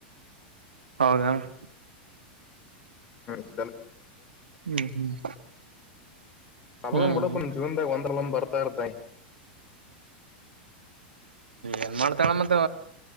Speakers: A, on the right; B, on the left.
A: ಹೌದಾ <inaudible>
B: <unintelligible> <unintelligible>
A: ಹ್ಮ್ ಹ್ಮ್
B: ಪ್ರಾಬ್ಲಮ್
A: ಹ್ಮ್
B: ಬಿಡಪ್ಪ ಜೀವನದಾಗ ಒಂದ್ರಲ್ಲಿ ಒಂದ್ ಬರ್ತಾ ಇರ್ತೈ
A: ಏನ್ ಮಾಡ್ತಾಳ ಮತ್ತ